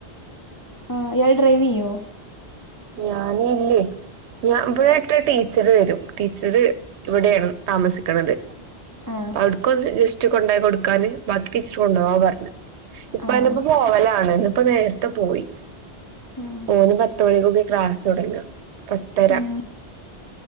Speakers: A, on the left (about 25°); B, on the right (about 80°).
A: ആഹ യാൾ ഡ്രൈവ് ചെയ്യോ
B: ഞാന് ല്ലേയ് ഞാ ഇവിടെക്ക ടീച്ചർ വരും. ടീച്ചർ ഇവിടെയാണ് താമസിക്കണ്ത്
A: ആഹ്
B: അടുക്കൊന്ന് ജസ്റ്റ് കൊണ്ടോയി കൊടുക്കാന് ബാക്കിടീചർ കൊണ്ടോകാ പറഞ് ഉപ്പാന്റൊപ്പം
A: ആഹ്
B: പോവലാണ് ന്ന് ഇപ്പ നേർത്തെ പോയി
A: ആഹ്
B: ഓന് പത്തുമണിക്കൊക്കെ ക്ലാസ് തോടങ്ങ പത്തര
A: ആഹ്